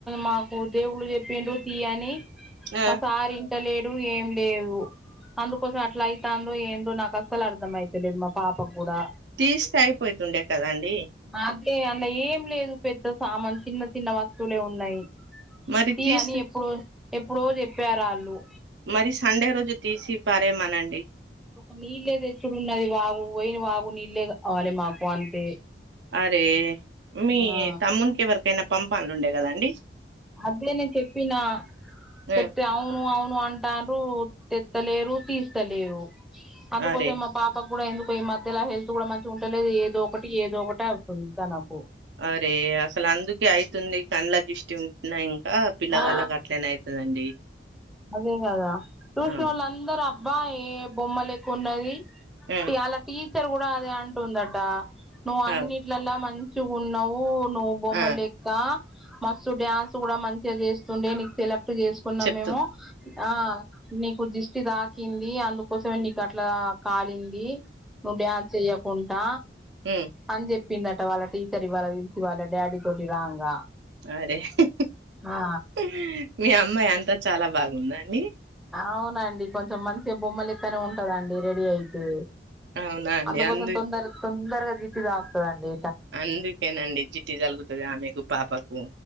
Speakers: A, in the centre; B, on the right.
A: మాకు దేవుళ్ళు చెప్పిండ్రడు తీయని
B: ఆ
A: మా సార్ ఇంట లేడు ఏం లేదు అందుకోసం అట్లా అయితుందో ఏందో నాకు అస్సలు అర్థం అయితలేదు మా పాప్కు కూడా
B: తీస్తే అయిపోతుండే కదాండి
A: అదే అన్న ఏం లేదు పెద్ద సామాన్ చిన్న చిన్న వస్తువ్లే ఉన్నాయి
B: మరి
A: ఈ
B: తీస్తే
A: అని ఎప్పుడో ఎప్పుడో చెప్పారు ఆళ్ళు
B: మరి సండే రోజు తీసి పారేమనండి
A: ఒక నీళ్ళ తెచ్చుడున్నది వాగు పోయిన వాగు నీళ్ళే కావ్వాలి మాకు అంతే
B: అరే మీ
A: ఆ
B: తమ్మునికి ఎవరికైనా పంపాలు ఉండే కదా అండి
A: అద్దెనే చెప్పిన
B: ఆ,
A: చెప్తే అవును అవును అం తెత్నరు తెత్తలేరు తీస్తలేరు అందుకోసం
B: అరే
A: పాపకు కూడా ఎందుకో ఈ మధ్యలో హెల్త్ కూడా మంచిగా ఉంటేలేదు ఏదో ఒకటి ఏదో ఒకటి అవుతుంది తనకు
B: అరే అస్సల్ అందుకే అయితుంది కండ్ల దృష్టి ఉంటున్నా ఇంకా పిల్ల
A: ఆ
B: గలకి అట్లనే అయి తాండి
A: అదే కదా చూసనోళ్లు
B: అవును
A: అందరు అబ్బా ఏ బొమ్మలెక్క ఉన్నది
B: ఆ
A: అలా టీచర్ కూడా అదే అంటుందట నువ్వు అన్నిట్లలా
B: అవ్
A: మంచిగ ఉన్నావు నువ్వు బొమ్మ
B: ఆ
A: లెక్క మస్త్ డాన్స్ కూడా మంచిగా చేస్తుండే నీకు సెలెక్ట్ చేసుకున్నా
B: చెప్తు
A: మేము. ఆ నీకు దిష్టి తాకింది అందుకోసమే నీకు అట్లా కాలింది. నువ్వు డ్యాన్ చేయకుండా
B: మ్
A: అని చెప్పిందట. వాళ్ళ టీచర్ ఇవాళ పిలిచి వాళ్ళ డాడీ తోటి రాంగా
B: అరే హి
A: ఆ
B: హి హి మీ అమ్మాయి అంతా చాలా బాగుందాండి.
A: అవునండి కొంచెం మంచిగా బొమ్మలెక్కనే ఉంటదండి రెడీ అయితే.
B: అవునా అండి
A: అందుకోసం
B: అందు
A: తొందర తొందరగా దిష్టి తాకుతాదండి.
B: అందుకేనండి దిష్టి తగులుతాది ఆమెకు పాపకు.